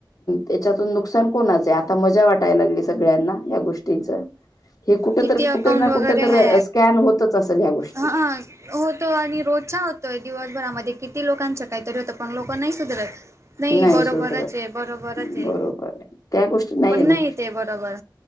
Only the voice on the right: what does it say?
किती
अकाउंट
वगैरे
ह
ह होतो आणि रोज होतोय दिवस भरामध्ये किती लोकांच काहीतरी होतं पण लोकं नाही सुधरत.
बरोबरच
आहे बरोबरच आहे
पण
ते बरोबर